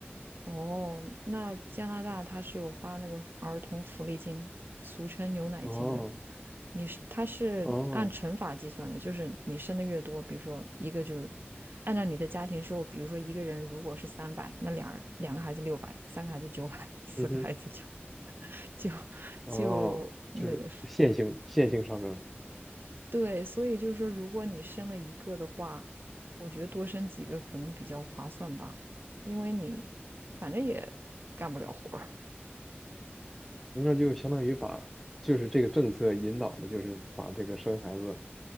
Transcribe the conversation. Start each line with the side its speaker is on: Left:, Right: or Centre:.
Right: 哦，那加拿大它是有发那个儿童福利金，俗称牛奶金的。
Centre: 哦，
Right: 你是它是按乘法计算的，
Centre: 哦，
Right: 就是你生的越多，比如说一个就是按照你的家庭收入，比如说一个人如果是三百，那两人两个孩子六百，三个孩子九百，四个孩子就
Centre: 嗯哼，
Right: <laughs> 就
Centre: 哦，
Right: 就那个是。
Centre: 就是线性线性上升，
Right: 对，所以就是说，如果你生了一个的话，我觉得多生几个可能比较划算吧，因为你反正也干不了活儿，
Centre: 那就相当于把，就是这个政策引导的，就是把这个生孩子，